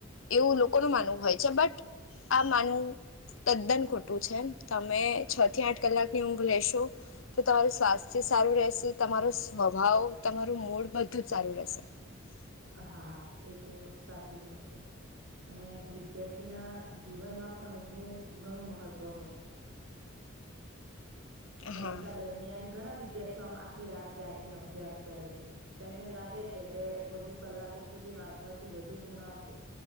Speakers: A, on the left (about 75°); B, on the right (about 75°).
A: એવું લોકોનું માનવું હોય છે બટ આ માનવું તદ્દન ખોટું. તમે છ થી આઠ કલાકની ઊંઘ લેશો? તો તમારું સ્વાસ્થ્ય સારું રહેશે તમારો સ્વભાવ તમારું મૂડ બધું જ સારું રહેશે.
B: હા એ તો સાચી વાત છે. અને વિદ્યાર્થીના જીવનમાં પણ ઊંઘનું ઘણું મહત્ત્વ હોય પરીક્ષા
A: હા
B: દરમિયાન ઘણા વિદ્યાર્થીઓ આમ આખી રાત જાગીને અભ્યાસ કરે છે. તેમને લાગે છે કે વધુ કલાકો સુધી વાંચવાથી વધુ ગુણ આવશે